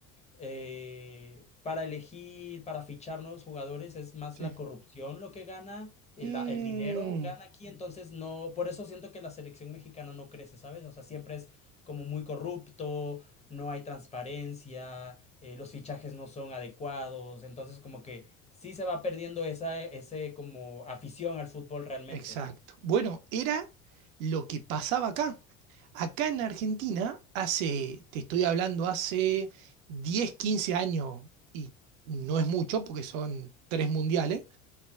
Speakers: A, on the left; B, on the right.
A: Eh, para elegir, para fichar nuevos jugadores, es más
B: sí.
A: la corrupción lo que gana, el,
B: Mm.
A: la- el dinero gana aquí, entonces no, por eso siento que la selección mexicana no crece, ¿sabes? O sea, siempre es como muy corrupto, no hay transparencia, eh, los fichajes no son adecuados, entonces como que sí se va perdiendo esa, ese como afición al fútbol realmente.
B: Exacto. Bueno, era lo que pasaba acá. Acá en Argentina, hace, te estoy hablando, hace 10, 15 años, y no es mucho porque son tres mundiales,